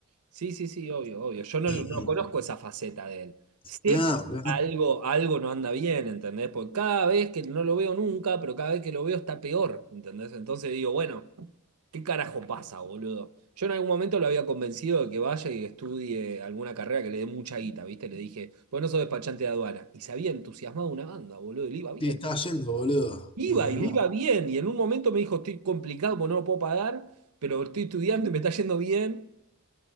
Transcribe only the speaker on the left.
Y,
y-
nada,
boludo, no
te estaba yendo, boludo.
Y
bueno,